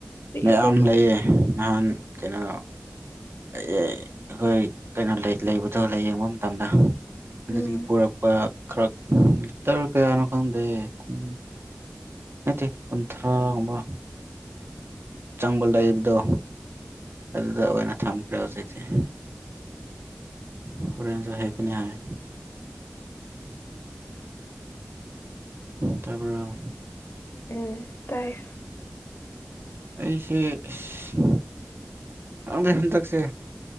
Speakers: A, on the left; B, on the right.
A: ꯄꯤꯛꯑꯦꯗ
B: ꯃꯌꯥꯝ
A: ꯑꯗꯨꯗꯤ
B: ꯂꯩꯌꯦ ꯅꯍꯥꯟ ꯀꯩꯅꯣ ꯑꯩ ꯑꯈꯣꯏ ꯀꯩꯅꯣ ꯂꯩ ꯂꯩꯕꯗꯣ ꯂꯌꯦꯡꯕ ꯃꯇꯝꯗ ꯑꯗꯨꯗꯒꯤ
A: ꯎꯝ
B: ꯄꯨꯔꯛꯄ ꯈꯔ ꯒꯤꯇ ꯀꯌꯥꯅꯣ ꯈꯪꯗꯦ ꯀꯟ ꯅꯠꯇꯦ ꯀꯨꯟꯊ꯭ꯔꯥꯒꯨꯝꯕ ꯆꯥꯡꯕ ꯂꯩꯏꯕꯗꯣ ꯑꯗꯨꯗ ꯑꯣꯏꯅ ꯊꯝꯈ꯭ꯔꯦ ꯍꯧꯖꯤꯛꯇꯤ ꯑꯣꯔꯦꯟꯖ ꯍꯦꯛ ꯀꯅꯤ ꯍꯥꯏ꯫ ꯇꯥꯕꯔꫭ꯫
A: ꯎꯝ ꯇꯥꯏ꯫
B: ꯑꯩꯁꯦ ꯏꯁ ꯈꯪꯗꯦ ꯍꯟꯗꯛꯁꯦ꯫